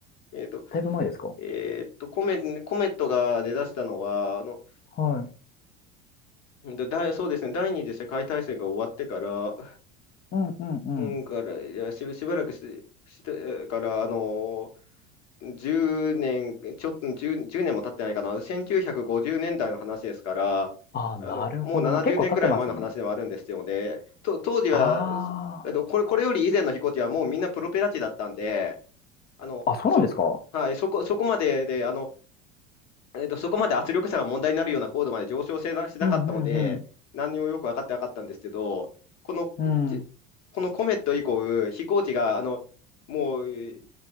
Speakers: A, on the left; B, on the left.
A: えっと、
B: だいぶ前ですか
A: えっと、コメ、コメットが出だしたのは、あの、
B: はい。
A: だ、だいそうですね、第二次世界大戦が終わってから、
B: うんうんうん。
A: うんから、いや、し、しばらくし、してから、あのー、10年、ちょっと10、年も経ってないかな、1950年代の話ですから、
B: ああ、
A: あの、
B: なるほど。
A: もう70年くらい前の話ではあるんですよね。
B: まあ、結構経ってますね。
A: と、当時は、
B: あ
A: すあの、これ、これより以前の飛行機はもうみんなプロペラ機だったんで、あの、
B: あ。あ、そうなんですか
A: そ、はい、そこ、そこまでで、あの、えーと、そこまで圧力差が問題になるような高度まで上昇せなしなかったので、
B: うんうん
A: 何にもよく分かってなかったんですけど、この、
B: うん。
A: じこのコメット以降、
B: うん。
A: 飛行機があのもうえー